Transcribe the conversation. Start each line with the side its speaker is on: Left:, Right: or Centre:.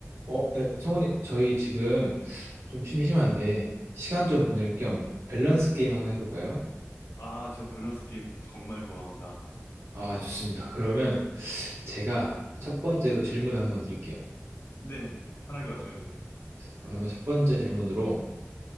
Right: 어, 네, 성우님, 저희 지금 좀 심심한데 시간 좀 보낼 겸 밸런스 게임 한번 해볼까요?
Left: 아, 저 밸런스 게임 정말 좋아합니다.
Right: 아, 좋습니다. 그러면 제가 첫 번째로 질문을 한번 드릴게요.
Left: 네, 편하게 말씀해 주세요.
Right: 그러면 첫 번째 질문으로,